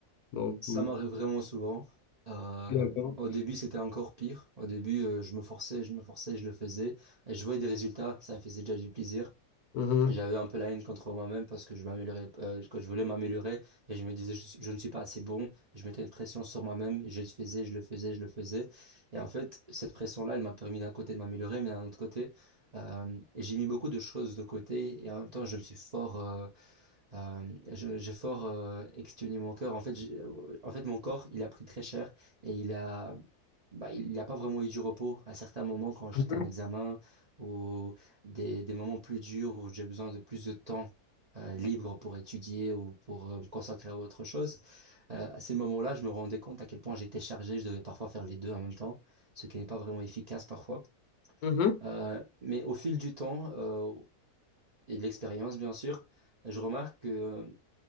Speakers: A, on the left; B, on the right.
A: dans tout?
B: Ça m'arrive vraiment souvent. Euh,
A: D'accord.
B: au début, c'était encore pire. Au début, euh, je me forçais, je me forçais, je le faisais. Et je voyais des résultats, ça me faisait déjà du plaisir.
A: Mhm.
B: J'avais un peu la haine contre moi-même parce que je m'améliorais, euh, que je voulais m'améliorer et je me disais je, je ne suis pas assez bon. Je mettais une pression sur moi-même, je le faisais, je le faisais, je le faisais. Et en fait, cette pression-là, elle m'a permis d'un côté de m'améliorer, mais d'un autre côté, euh, j'ai mis beaucoup de choses de côté et en même temps, je me suis fort, euh, euh, je- j'ai fort euh, exténué mon corps. En fait, j'ai- euh, en fait, mon corps, il a pris très cher et il a, bah, il n'y a pas vraiment eu du repos à certains moments quand j'étais
A: Mhm.
B: en examen ou des, des moments plus durs où j'ai besoin de plus de temps euh, libre pour étudier ou pour euh, me consacrer à autre chose. Euh, à ces moments-là, je me rendais compte à quel point j'étais chargé. Je devais parfois faire les deux en même temps, ce qui n'est pas vraiment efficace parfois.
A: Mhm.
B: Euh, mais au fil du temps euh, et de l'expérience, bien sûr, je remarque que